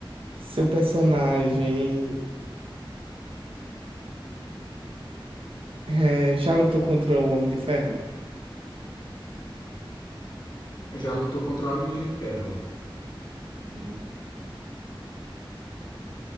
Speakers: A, on the right; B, on the left.
A: Seu personagem é, já lutou contra o Homem de Ferro?
B: Já lutou contra o Homem de Ferro.
A: Hum,